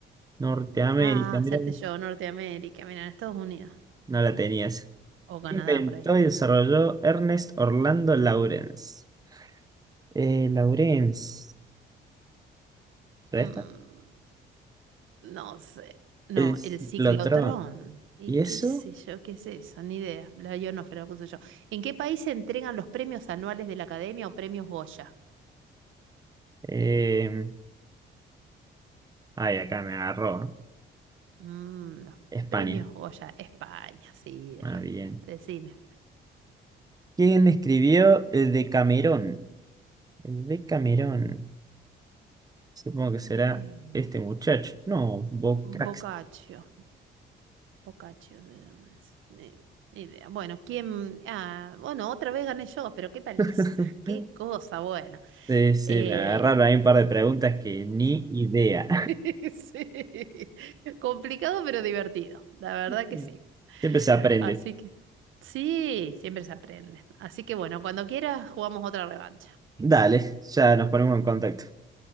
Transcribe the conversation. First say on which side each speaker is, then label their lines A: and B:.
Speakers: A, on the right; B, on the right.
A: Norteamérica,
B: Ah,
A: mira
B: hacerte
A: vos.
B: yo, Norteamérica. Mira, en Estados Unidos.
A: No la tenías.
B: O Canadá,
A: Inventó
B: por ahí.
A: y desarrolló Ernest Orlando Lawrence. Eh, Lawrence, ¿será
B: Mm,
A: esta?
B: no sé. No,
A: Es
B: el ciclotrón.
A: Lotrón.
B: ¿Y
A: ¿Y
B: qué
A: eso?
B: sé yo? ¿Qué es eso? Ni idea. La ionósfera la puse yo. ¿En qué país se entregan los premios anuales de la Academia o premios Goya?
A: Eh, ay, acá me agarró. ¿eh?
B: Mm, los
A: España.
B: premios Goya, España, sí, de
A: Ah,
B: España,
A: bien.
B: de cine.
A: ¿Quién escribió el Decamerón? El Decamerón. Supongo que será
B: Eh,
A: este muchacho. No, Bocax.
B: Boccaccio, Boccaccio se llama ese. Ni, ni idea. Bueno, ¿quién? Ah, bueno, otra vez gané yo, pero qué paliza,
A: <laughs>
B: qué cosa bueno,
A: Sí, sí,
B: Eh,
A: me agarraron ahí un par de preguntas que ni idea.
B: <laughs> sí, complicado pero divertido, la verdad
A: <laughs>
B: que sí.
A: Siempre se aprende.
B: Así que, sí, siempre se aprende. Así que bueno, cuando quieras jugamos otra revancha.
A: Dale, ya nos ponemos en contacto.